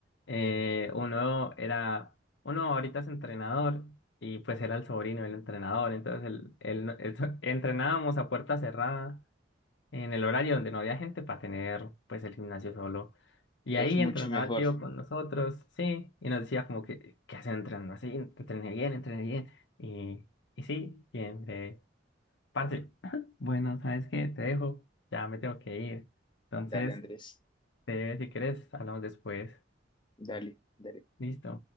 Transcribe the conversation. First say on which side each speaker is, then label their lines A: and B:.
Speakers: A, on the left; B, on the left.
A: eh, uno era, uno ahorita es entrenador y pues era el sobrino del entrenador, entonces el, el, el so- <laughs> entrenábamos a puerta cerrada en el horario donde no había gente para tener pues el gimnasio solo. Y
B: es
A: ahí
B: mucho
A: entrenaba
B: mejor.
A: el tío con nosotros, sí, y nos decía como que, ¿qué hacen entrenando así? Entrené bien, entrené bien. Y, y sí, siempre. Parce, <laughs> bueno, ¿sabes qué? Te dejo, ya me tengo que ir. Entonces,
B: Dale, Andrés,
A: te, si quieres, hablamos después.
B: dale, dale.
A: Listo.